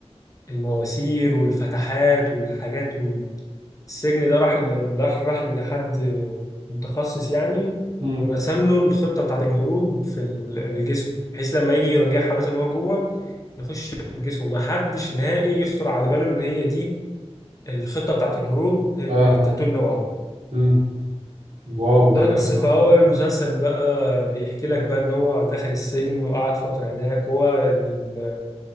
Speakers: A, on the left; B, on the right.
A: المواسير والفتحات والحاجات والسجن ده راح ل- راح راح لحد متخصص يعني
B: امم
A: ورسم له الخطة بتاعت الهروب في ال- في الجسم بحيث لما يجي يراجعها مثلا وهو جوه يخش في الجسم ومحدش نهائي يخطر على باله ان هي دي الخطة بتاعت الهروب التاتو
B: اه اه
A: اللي هو عامله
B: امم واو
A: بس
B: ده جامد
A: فهو
B: قوي
A: المسلسل بقى بيحكي لك بقى ان هو دخل السجن وقعد فترة هناك وهو ال-